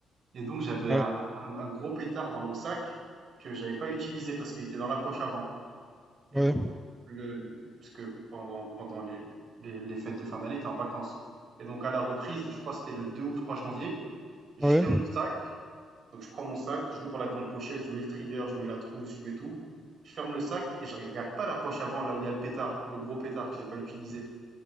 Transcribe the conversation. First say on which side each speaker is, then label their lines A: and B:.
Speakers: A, on the right; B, in the centre.
A: Et donc j'avais
B: Ouais.
A: un un un gros pétard dans mon sac que j'avais pas utilisé parce qu'il était dans la poche avant. Et
B: Ouais.
A: donc le parce que pendant pendant les les, les fêtes de fin d'année, t'es en vacances. Et donc à la reprise, je crois que c'était le 2 ou 3 janvier, je
B: Ouais.
A: fais mon sac donc je prends mon sac, j'ouvre la grande pochette, je mets le trieur, je mets la trousse, je mets tout. Je ferme le sac et je regarde pas la poche avant, là où il y a le pétard, le gros pétard que j'ai pas utilisé.